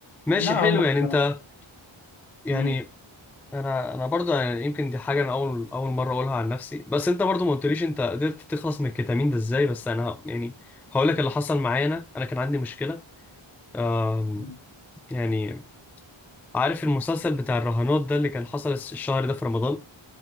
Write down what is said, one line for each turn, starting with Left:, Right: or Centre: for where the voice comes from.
Centre: ماشي
Left: لا
Centre: حلو
Left: هم كانوا
Centre: يعني أنت يعني
Left: امم
Centre: أنا أنا برضه يعني يمكن دي حاجة أنا أول أول مرة أقولها عن نفسي بس أنت برضه ما قلتليش أنت قدرت تخلص من الكتامين ده إزاي بس أنا ه- يعني هقول لك اللي حصل معايا أنا أنا كان عندي مشكلة آم،
Left: مم.
Centre: يعني عارف المسلسل بتاع الرهانات ده اللي كان حصل الشهر ده في رمضان